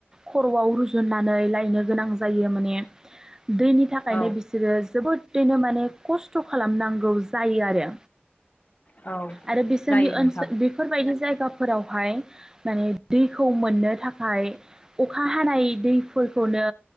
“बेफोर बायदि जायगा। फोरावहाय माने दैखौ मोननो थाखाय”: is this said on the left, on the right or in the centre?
Right